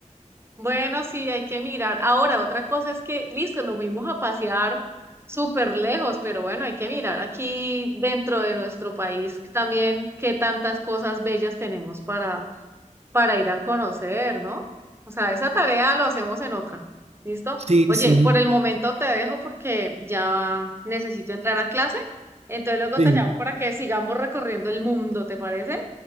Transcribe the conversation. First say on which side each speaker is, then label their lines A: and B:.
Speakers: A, on the right; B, on the right.
A: Bueno, sí, hay que mirar. Ahora, otra cosa es que, listo, nos fuimos a pasear súper lejos, pero bueno, hay que mirar aquí dentro de nuestro país que también qué tantas cosas bellas tenemos para, para ir a conocer, ¿no? O sea, esa tarea lo hacemos en otra. ¿Listo?
B: Sí,
A: Oye,
B: sí,
A: por el momento te dejo porque ya necesito entrar a clase. Entonces luego
B: sí,
A: te llamo para que sigamos recorriendo el mundo, ¿te parece?